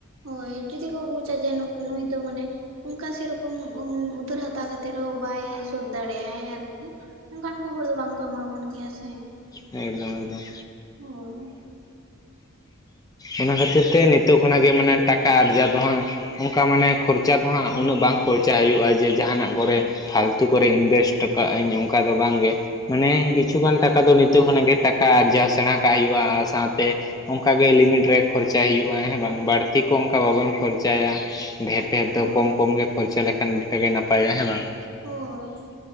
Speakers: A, on the right (about 70°); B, on the left (about 15°).
A: ᱦᱳᱭ ᱡᱩᱫᱤ ᱠᱚ ᱵᱩᱪᱟ ᱡᱮ ᱱᱩᱠ ᱱᱩᱭ ᱫᱚ ᱢᱟᱱᱮ ᱚᱝᱠᱟ ᱥᱮᱨᱚᱠᱚᱢ ᱩᱫᱷᱟᱹᱨ ᱦᱟᱛᱟᱣ ᱠᱟᱛᱮᱫ ᱨᱮᱦᱚᱸ ᱵᱟᱭ ᱥᱳᱫᱷ ᱫᱟᱲᱮᱭᱟᱜ-ᱟᱭ ᱟᱨᱠᱤ᱾ ᱚᱝᱠᱟᱱ ᱠᱚ ᱦᱚᱲ ᱫᱚ ᱵᱟᱝ ᱠᱚ ᱮᱢᱟ ᱵᱚᱱ ᱜᱮᱭᱟ ᱥᱮ᱾
B: ᱮᱠᱫᱚᱢ ᱮᱠᱫᱚᱢ᱾
A: ᱦᱳᱭ᱾
B: ᱚᱱᱟ ᱠᱷᱟᱹᱛᱤᱨ ᱛᱮ ᱱᱤᱛᱳᱜ ᱠᱷᱚᱱᱟᱜ ᱜᱮ ᱢᱟᱱᱮ ᱴᱟᱠᱟ ᱟᱨᱡᱟᱣ ᱫᱚ ᱦᱟᱸᱜ ᱚᱱᱠᱟ ᱢᱟᱱᱮ ᱠᱷᱚᱨᱪᱟ ᱫᱚ ᱦᱟᱸᱜ ᱩᱱᱟᱹᱜ ᱵᱟᱝ ᱠᱷᱚᱨᱪᱟ ᱦᱩᱭᱩᱜᱼᱟ ᱡᱮ ᱡᱟᱸᱦᱟᱱᱟᱜ ᱠᱚᱨᱮ ᱯᱷᱟᱞᱛᱩ ᱠᱚᱨᱮ ᱤᱱᱵᱷᱮᱥᱴ ᱠᱟᱜ-ᱟᱹᱧ ᱚᱱᱠᱟ ᱫᱚ ᱵᱟᱝᱜᱮ᱾ ᱢᱟᱱᱮ
A: ᱦᱳᱭ
B: ᱠᱤᱪᱷᱩᱜᱟᱱ ᱴᱟᱠᱟ ᱫᱚ ᱱᱤᱛᱳᱜ ᱠᱷᱚᱱᱟᱜ ᱜᱮ ᱴᱟᱠᱟ ᱟᱨᱡᱟᱣ ᱥᱮᱬᱟ ᱠᱟᱜ ᱦᱩᱭᱩᱜᱼᱟ, ᱟᱨ ᱥᱟᱶᱛᱮ ᱚᱝᱠᱟᱜᱮ ᱞᱤᱢᱤᱴ ᱨᱮ ᱠᱷᱚᱨᱪᱟᱭ ᱦᱩᱭᱩᱜᱼᱟ ᱦᱮᱸ ᱵᱟᱝ ᱵᱟᱹᱲᱛᱤ ᱠᱚ ᱚᱝᱠᱟ ᱵᱟᱵᱚᱱ ᱠᱷᱚᱨᱪᱟᱭᱟ ᱰᱷᱮᱨ᱾ ᱰᱷᱮᱨ
A: ᱦᱳᱭ
B: ᱫᱚ ᱠᱚᱢ ᱠᱚᱢ ᱜᱮ ᱠᱷᱚᱨᱪᱟ ᱞᱮᱠᱷᱟᱱ ᱟᱹᱰᱤᱴᱟ ᱜᱮ ᱱᱟᱯᱟᱭᱚᱜᱼᱟ ᱦᱮᱸ ᱵᱟᱝ?
A: ᱦᱳᱭ᱾